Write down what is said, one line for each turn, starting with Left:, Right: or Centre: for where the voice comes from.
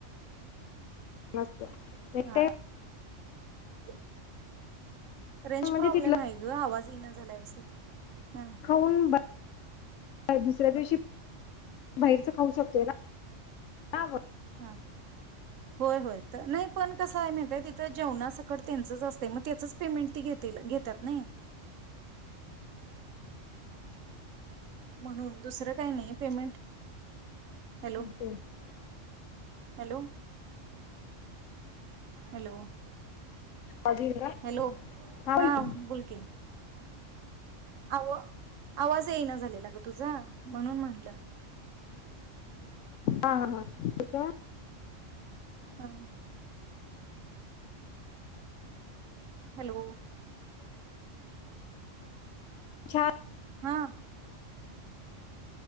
Left: छान असतं एक
Right: हा.
Left: टाइम
Right: ते अ रेंज
Left: म्हणजे
Right: प्रॉब्लेम
Left: तिथलं
Right: आहे ग आवाज इना झालाय व्यवस्थित, हा.
Left: खाऊन ब- दुसऱ्या दिवशी बाहेरच खाऊ शकतोय ना <unintelligible>
Right: हा, होय होय. त नाही पण कसं आहे माहितय तिथं जेवणासकट त्यांचच असतंय, मग त्याचच पेमेंट ती घेतील घेत्यात नाही. म्हणून दुसरं काही नाही पेमेंट
Left: <inaudible>
Right: हॅलो हॅलो, हॅलो.
Left: अजून का?
Right: हॅलो
Left: बोल
Right: हा
Left: की.
Right: बोलकी. आव आवाज येईना झालेला ग तुझा म्हणून म्हटलं.
Left: हा, हा, हा ठीक हाय.
Right: हा. हॅलो.
Left: छा
Right: हा.